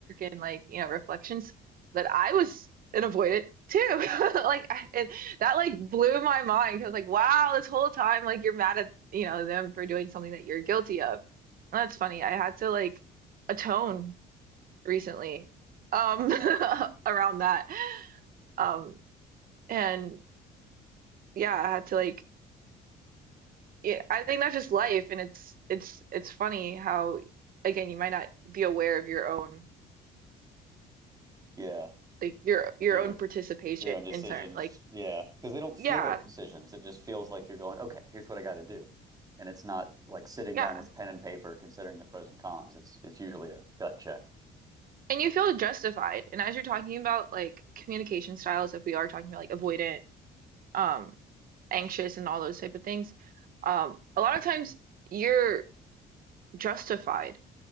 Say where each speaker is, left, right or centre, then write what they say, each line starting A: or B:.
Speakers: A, on the right; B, on the right.
A: and like, you know, reflections that I was an avoidant too. <laughs> Like I, it, that like blew my mind because like, wow, this whole time like you're mad at, you know, them for doing something that you're guilty of. And that's funny. I had to like atone recently um <laughs> around that um and yeah I had to like yeah, I think that's just life and it's it's it's funny how again you might not be aware of your own
B: Yeah,
A: like your your
B: your
A: own participation
B: your own decisions.
A: in certain like
B: Yeah, because they don't
A: yeah
B: feel like decisions. It just feels like you're going, okay, here's what I got to do. And it's not like sitting
A: yeah
B: down with pen and paper considering the pros and cons. It's it's usually a gut check.
A: and you feel justified and as you're talking about like communication styles if we are talking about like avoidant um anxious and all those type of things um a lot of times you're justified